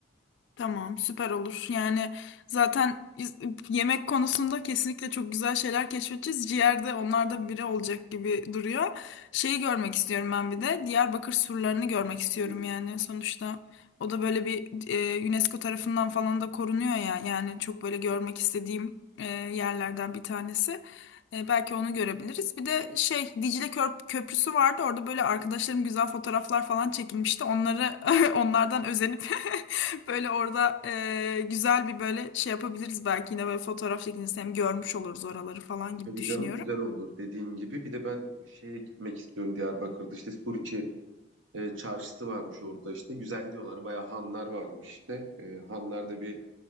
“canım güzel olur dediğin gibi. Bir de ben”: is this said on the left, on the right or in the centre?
Right